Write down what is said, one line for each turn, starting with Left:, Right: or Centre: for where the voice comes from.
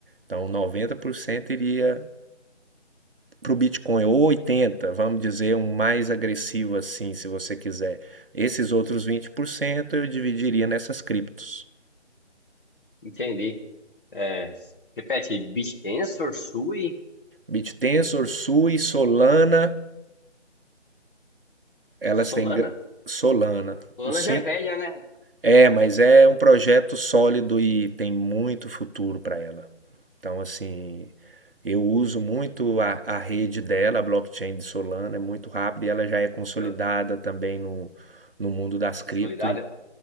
Right: Então 90% iria para o Bitcoin, ou 80, vamos dizer, um mais agressivo assim, se você quiser. Esses outros 20% eu dividiria nessas criptos.
Left: Entendi. É, repete, BitTensor, Sui,
Right: BitTensor, Sui, Solana, elas
Left: Solana.
Right: têm Solana.
Left: Lana
Right: O sim,
Left: já é velha, né?
Right: é, mas é um projeto sólido e tem muito futuro para ela. Então, assim, eu uso muito
Left: E
Right: a, a rede dela, a blockchain de Solana, é muito rápida e ela já é consolidada
Left: Eu,
Right: também no, no mundo das cripto.
Left: Solidária,